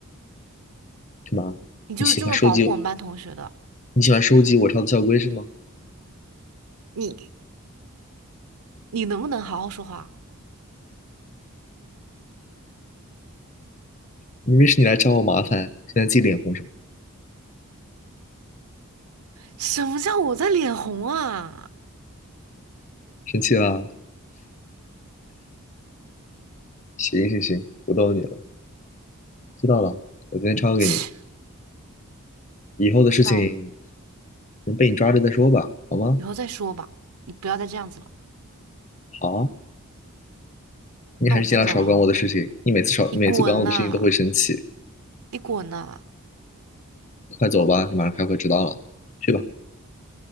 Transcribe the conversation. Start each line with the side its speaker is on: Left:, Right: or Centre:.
Left: 干嘛？
Right: 你就是这么保护我们班同学的，
Left: 你喜欢收集你喜欢收集我抄的校规是吗？
Right: 你你能不能好好说话？
Left: 明明是你来找我麻烦，现在自己脸红什么？
Right: 什么叫我在脸红啊？
Left: 生气啦？行行行，不逗你了，知道了，我今天抄给你，
Right: 切，
Left: 以后的事情
Right: 知道了，
Left: 能被你抓着再说吧，好吗？
Right: 以后再说吧。你不要再这样子了。
Left: 好，啊，你还是尽量少管我的事情。
Right: 那我先走了哦，
Left: 你每次少，
Right: 你滚呐，
Left: 你每次管我的事情都会生气。
Right: 你滚呐，
Left: 快走吧，你马上开会迟到了。去吧，